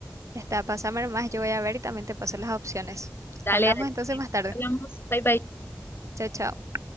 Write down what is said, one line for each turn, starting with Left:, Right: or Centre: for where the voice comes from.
Right: Ya está, pásame más, yo voy a ver y también te paso las opciones.
Left: Dale,
Right: Hablamos
Left: dale.
Right: entonces más tarde.
Left: Hablamos. Bye, bye.
Right: Chao, chao.